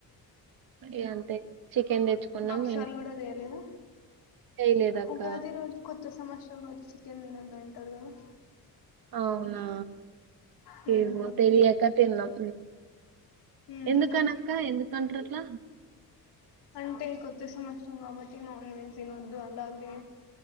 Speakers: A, on the right; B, on the left.
A: య అంతే చికెన్ తెచ్చుకున్నాం
B: భక్ష్యాలు
A: ఇంట్లో
B: గూడ చేయలేదా
A: చేయలేదక్క
B: ఉగాది రోజు కొత్త సంవత్సరం రోజు చికెన్ తినద్దంటరు గదా
A: అవునా
B: హ్మ్
A: ఏమో తెలియక తిన్నం
B: హ్మ్
A: ఎందుకనక్క ఎందుకు సంట్రట్లా
B: అంటే కొత్త సంవత్సరం కాబట్టి నాన్ వెజ్ తినొద్దు అలాగే